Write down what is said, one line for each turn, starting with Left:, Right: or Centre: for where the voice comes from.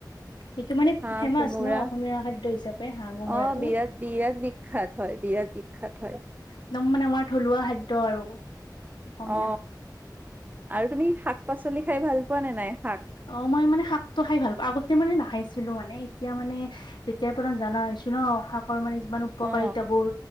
Left: এইটো মানে
Right: হাঁহ
Left: ফেমাচ
Right: কোমোৰা
Left: ন অসমীয়া খাদ্য হিচাপে হাঁহ কোমোৰাটো
Right: অ বিৰাট বিৰাট বিখ্যাত হয় বিৰাট বিখ্যাত হয়।
Left: একদম মানে আমাৰ থলুৱা খাদ্য আৰু অসমীয়া
Right: অ আৰু তুমি শাক পাচলি খাই ভাল পোৱা নে নাই শাক
Left: অ মই মানে শাকটো খাই ভাল পাওঁ আগতে মানে নাখাইছিলোঁ মানে এতিয়া মানে তেতিয়াৰ পৰা জানা হৈছো ন শাকৰ মানে যিমান উপকাৰিতাবোৰ
Right: অ